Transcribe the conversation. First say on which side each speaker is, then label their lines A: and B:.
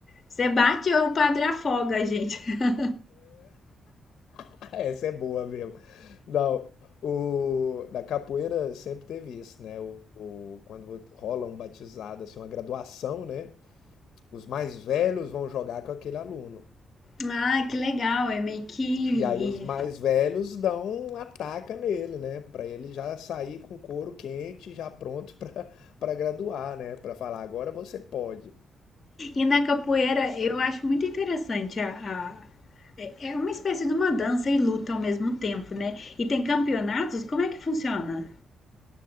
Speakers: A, on the left; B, on the left.
A: Você bate ou o padre afoga, a gente. <laughs>
B: <laughs> Ah, Essa é boa mesmo. Não, o, na capoeira sempre teve isso, né? O, o- quando rola um batizado, assim, uma graduação, né? Os mais velhos vão jogar com aquele aluno.
A: Ah, que legal. É meio que
B: E aí os mais velhos dão um ataca nele, né? Pra ele já sair com couro quente, já pronto <laughs> pra para graduar, né? Pra falar, agora você pode.
A: E na capoeira eu acho muito interessante a, a- é- É uma espécie de uma dança e luta ao mesmo tempo, né? E tem campeonatos? Como é que funciona?